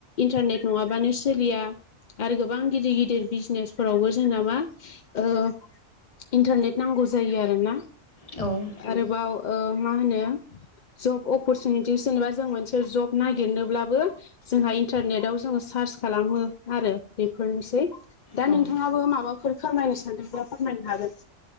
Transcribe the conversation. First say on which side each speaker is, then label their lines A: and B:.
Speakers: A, on the left; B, on the left.
A: इन्टारनेट नङाबानो सोलिया आरो गोबां गिदिर गिदिर बिजनेसफोरावबो जोंना मा ओ इन्टारनेट नांगौ जायो आरोना
B: औ
A: आरोबाव ओ मा होनो जब अपरसुनिटिस जेनेबा जों मोनसे जब नागिरनोब्लाबो जोंहा इन्टारनेटाव जोङो सार्च खालामो आरो बेफोरनोसै दा
B: औ
A: नोंथाङाबो
B: औ
A: माबाफोर खामायनो सानदोंब्ला फोरमायनो हागोन